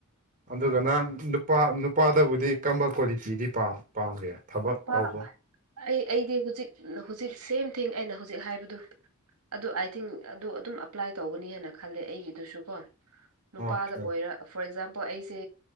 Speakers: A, on the right; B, on the right.
A: ꯑꯗꯨꯒ ꯅꯪ ꯅꯨꯄꯥ ꯅꯨꯄꯥꯗꯕꯨꯗꯤ ꯀꯝꯕ ꯀ꯭ꯋꯥꯂꯤꯇꯤꯗꯤ ꯄꯥꯝꯃꯤ ꯄꯥꯝꯗꯦ ꯊꯕꯛ
B: ꯅꯨꯄꯥ
A: ꯇꯧꯕ
B: ꯑꯩ ꯑꯩꯗꯤ ꯍꯧꯖꯤꯛ ꯍꯧꯖꯤꯛ ꯁꯦꯝ ꯊꯤꯡ ꯑꯩꯅ ꯍꯧꯖꯤꯛ ꯍꯥꯏꯕꯗꯨ ꯑꯗꯨ ꯑꯥꯏ ꯊꯤꯡ ꯑꯗꯨ ꯑꯗꯨꯝ ꯑꯦꯄ꯭ꯂꯥꯏ ꯇꯧꯒꯅꯤ ꯍꯥꯏꯅ ꯈꯜꯂꯦ ꯑꯩꯒꯤꯗꯨꯁꯨ ꯀꯣ ꯅꯨꯄꯥꯗ
A: ꯑꯣꯀꯦ
B: ꯑꯣꯏꯔ ꯐꯣꯔ ꯑꯦꯛꯖꯥꯝꯄꯜ ꯑꯩꯁꯦ